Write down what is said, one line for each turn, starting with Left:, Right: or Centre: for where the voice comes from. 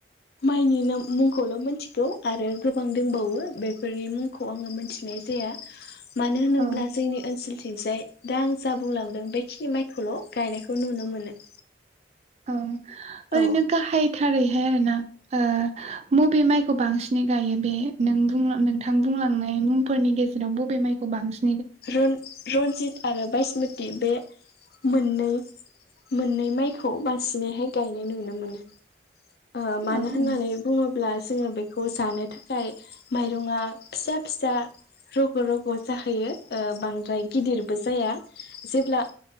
Left: माइनि नाम मुंखौल' मिथिगौ आरो गोबां दोंबावो बेफोरनि मुंखौ आङो मोनथिनाय जाया। मानो होनोब्ला
Right: औ
Left: जोंनि ओनसोलथिंजाय दा आं जा बुंलांदों बेखिनि माइखौल' गायनायखौ नुनो मोनो।
Right: औ ओरैनो
Left: औ
Right: गाहायथारैहाय आरो ना ओ मुबे माइखौ बांसिन नि गायो बे नों बुं नोंथां बुंलांनाय मुंफोरनि गेजेराव बबे माइखौ बांसिन
Left: रुन रनजित आरो बायस मोनथि बे मोननै मोननै माइखौ बांसिनैहाय गायनाय नुनो मोनो। ओ मानो
Right: औ औ
Left: होननानै बुङोब्ला जोङो बेखौ जानो थाखाय माइरं आ फिसा फिसा रग' रग' जाहैयो ओ बांद्राय गिदिरबो जाया। जेब्ला